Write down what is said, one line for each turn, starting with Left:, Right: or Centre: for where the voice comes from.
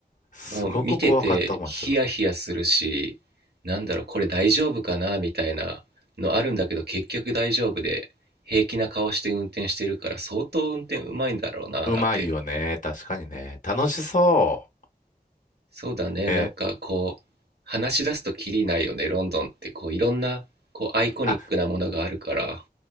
Left: すごく怖かった思いする。
Right: もう見ててヒヤヒヤするし、なんだろう、これ大丈夫かなみたいなのあるんだけど、結局大丈夫で、平気な顔して運転してるから、相当運転うまいんだろうな、
Left: うまいよね。
Right: なんて
Left: 確かにね。楽しそ
Right: そうだね。
Left: う。
Right: なんかこう、
Left: えー
Right: 話し出すとキリないよね。ロンドンってこう、いろんなこう、アイコニックなものがあるから。
Left: あ、